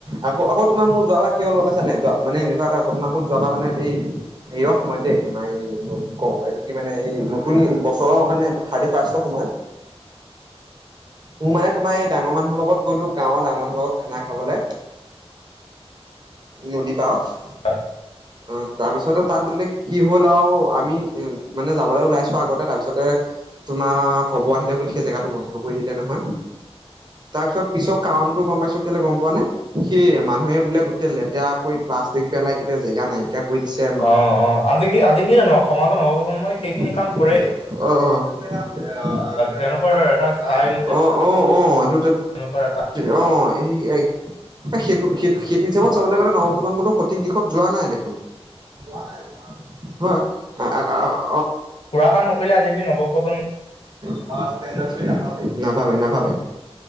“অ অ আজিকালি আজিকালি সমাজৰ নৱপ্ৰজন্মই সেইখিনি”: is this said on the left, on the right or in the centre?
Left